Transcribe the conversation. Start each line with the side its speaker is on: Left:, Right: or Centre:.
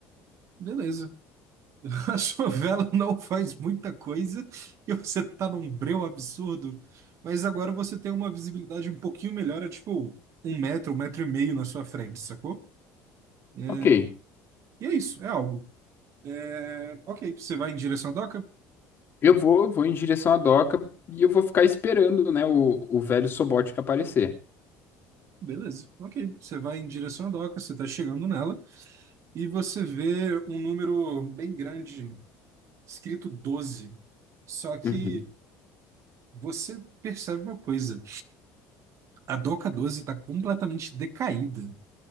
Right: Beleza. <laughs> A sua vela não faz muita coisa e você tá num breu absurdo, mas agora você tem uma visibilidade um pouquinho melhor, é tipo um metro, um metro e meio na sua frente, sacou? É,
Left: Ok.
Right: e é isso, é algo. É, ok, você vai em direção à doca?
Left: Eu vou, vou em direção à doca e eu vou ficar esperando, né, o, o velho Sobótica aparecer.
Right: Beleza, ok. Você vai em direção à doca, você tá chegando nela e você vê um número bem grande, escrito 12. Só que
Left: Uhum.
Right: você percebe uma coisa: a doca 12 está completamente decaída.